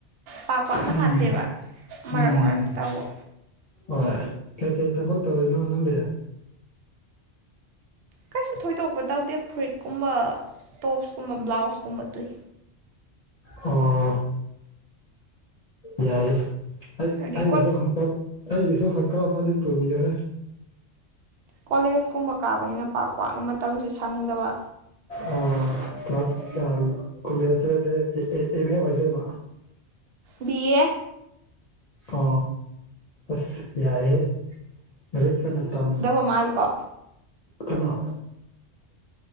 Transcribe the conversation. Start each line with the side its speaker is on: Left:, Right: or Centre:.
Right: ꯄꯥꯛ ꯄꯥꯛꯅ
Left: ꯎꯝ
Right: ꯍꯥꯠꯇꯦꯕ ꯃꯔꯛ
Left: ꯎꯝ
Right: ꯃꯔꯛ ꯇꯧꯕ
Left: ꯍꯣꯏ ꯀꯩꯀꯩ ꯊꯕꯛ ꯇꯧꯔꯤꯅꯣ ꯅꯪꯗꯤ
Right: ꯀꯩꯁꯨ ꯊꯣꯏꯗꯣꯛꯄ ꯇꯧꯗꯦ ꯐꯨꯔꯤꯠꯀꯨꯝꯕ ꯇꯣꯞꯁ ꯀꯨꯝꯕ ꯕ꯭ꯂꯥꯎꯁꯀꯨꯝꯕ ꯇꯨꯏ
Left: ꯑꯣ ꯌꯥꯏꯌꯦ ꯑꯩ
Right: ꯍꯥꯏꯗꯤ
Left: ꯑꯩꯒꯤꯁꯨ <unintelligible> ꯑꯩꯒꯤꯁꯨ ꯈꯪꯒ꯭ꯔꯥꯎ ꯑꯃꯗꯤ ꯇꯨꯕꯤꯌꯣꯍꯦ
Right: ꯀꯣꯂꯦꯖ ꯀꯨꯝꯕ ꯀꯥꯕꯅꯤꯅ ꯄꯥꯛ ꯄꯥꯛꯅ ꯃꯇꯝꯁꯨ ꯁꯪꯗꯕ
Left: ꯑꯣ ꯀ꯭ꯂꯥꯁ <unintelligible> ꯀꯣꯂꯦꯖꯇꯗꯤ ꯑꯦꯝ ꯑꯦ ꯑꯣꯏꯗꯣꯏꯕ
Right: ꯕꯤ ꯑꯦ
Left: ꯑ ꯑꯁ ꯌꯥꯏꯍꯦ ꯂꯥꯏꯔꯤꯛ ꯀꯟꯅ ꯇꯝꯃꯨ
Right: ꯃꯥꯜꯂꯤꯀꯣ
Left: ꯀꯅꯥ